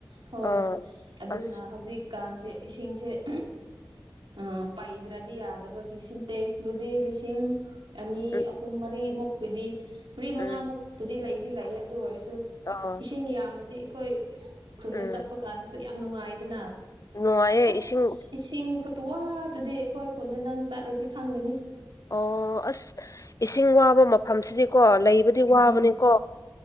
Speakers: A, on the right; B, on the left.
A: ꯍꯣꯏ
B: ꯑꯥ
A: ꯑꯗꯨꯅ
B: ꯑꯁ
A: ꯍꯧꯖꯤꯛ ꯀꯥꯟꯁꯦ ꯏꯁꯤꯡꯁꯦ ꯎꯝ ꯄꯩꯗ꯭ꯔ ꯗꯤ ꯌꯥꯗꯕꯒꯤ ꯁꯤꯟꯇꯦꯛꯁꯕꯨꯗꯤ ꯂꯤꯁꯤꯡ ꯑꯅꯤ
B: ꯎꯝ
A: ꯑꯍꯨꯝ ꯃꯔꯤꯃꯨꯛꯀꯤꯗꯤ ꯃꯔꯤ ꯃꯉꯥꯃꯨꯛꯄꯨꯗꯤ
B: ꯎꯝ
A: ꯂꯩꯗꯤ ꯂꯩꯌꯦ ꯑꯗꯨ ꯑꯣꯏꯔꯁꯨ
B: ꯑꯥ
A: ꯏꯁꯤꯡ ꯌꯥꯝꯔꯗꯤ ꯑꯩꯈꯣꯏ ꯈꯨꯟꯗ
B: ꯎꯝ
A: ꯆꯠꯄ ꯀꯥꯟꯗꯁꯨ ꯌꯥꯝ ꯅꯨꯡꯉꯥꯏꯗꯅ
B: ꯅꯨꯡꯉꯥꯏꯌꯦ
A: ꯑꯁ
B: ꯏꯁꯤꯡ
A: ꯏꯁꯤꯡ ꯈꯨꯠꯋꯥꯇꯨꯗꯤ ꯑꯩꯈꯣꯏ ꯈꯨꯟꯗ ꯅꯪ ꯆꯠꯂꯗꯤ ꯈꯪꯒꯅꯤ
B: ꯑꯣ ꯑꯁ ꯏꯁꯤꯡ ꯋꯥꯕ ꯃꯐꯝꯁꯤꯗꯤꯀꯣ ꯂꯩꯕꯗꯤ ꯋꯥꯕꯅꯤꯀꯣ꯫
A: ꯎꯝ